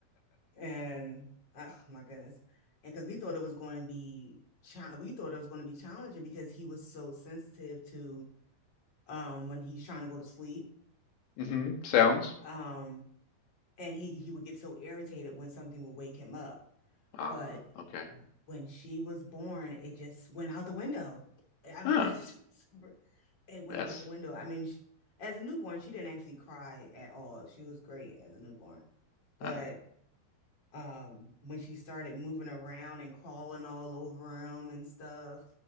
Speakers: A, on the left (about 30°); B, on the left (about 85°).
A: and oh my goodness. And because we thought it was going to be cha- we thought it was going to be challenging because he was so sensitive to um when he's trying to go to sleep.
B: Mhm. Sounds.
A: Um and he he would get so irritated when something would wake him up.
B: Ah,
A: But
B: okay.
A: when she was born, it just went out the window. I mean,
B: Ah,
A: <laughs> it went
B: that's
A: out the window. I mean, sh as a newborn, she didn't actually cry at all. She was great as a newborn. But
B: uh
A: um when she started moving around and crawling all over him and stuff